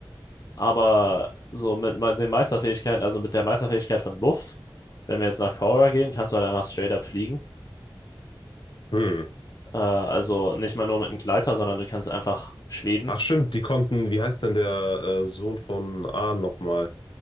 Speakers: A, on the left; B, on the left.
A: Aber so mit me- den Meisterfähigkeiten, also mit der Meisterfähigkeit von Luft, wenn wir jetzt nach Korra gehen, kannst du halt einfach straight up fliegen.
B: Hm.
A: Äh, also nicht mal nur mit einem Gleiter, sondern du kannst einfach schweben.
B: Ach stimmt, die konnten, wie heißt denn der äh, Sohn von Ahn nochmal?